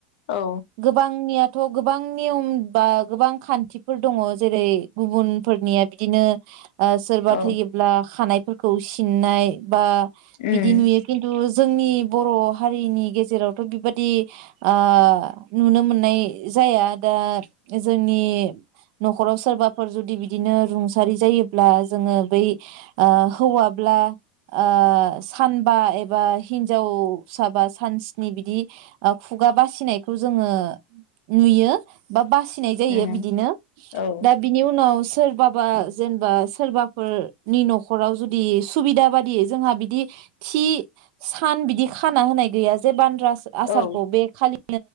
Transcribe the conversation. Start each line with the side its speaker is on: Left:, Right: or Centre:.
Left: औ
Right: गोबांनिया थ गोबां नियम बा गोबां खान्थिफोर दङ जेरै गुबुनफोरनिया बिदिनो आ सोरबा
Left: औ
Right: थैयोब्ला खानाय फोरखौ सिननाय बा
Left: उम
Right: बिदि नुयो खिथु जो जोंनि बर' हारिनि गेजेरावथ बिबादि ओ नुनो मोननाय जाया दा जोंनि नखराव सोरबाफोर जुदि बिदिनो रुंसारि जायो ब्ला जोङो बै आ हौवाब्ला आ सानबा एबा हिनजावसाबा सानस्नि बिदि खुगा बासिनायखौ जोङो नुयो बा बासि नाय जायो
Left: उम
Right: बिदिनो
Left: औ
Right: दा बिनि उनाव सोरबाबा जेनेबा सोरबाफोरनि नखराव जुदि सुबिदा बादियै जोंहा बिदि थि सान बिदि खाना होनाय गैया जे बान <unintelligible> आसारखौ
Left: औ
Right: बे खालि <unintelligible>